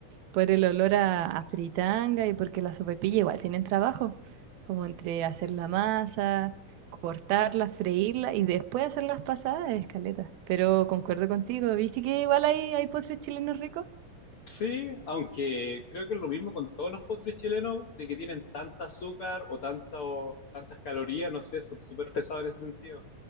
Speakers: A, on the right; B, on the left.
A: por el olor a, a fritanga y porque la sopaipilla igual tienen trabajo, como entre hacer la masa, cortarla, freírla y después hacer las pasadas de caleta. Pero concuerdo contigo, ¿viste que igual hay, hay postres chilenos ricos?
B: Sí, aunque creo que es lo mismo con todos los postres chilenos, de que tienen tanta azúcar o, tanta, o tantas calorías, no sé, son súper pesados en ese sentido.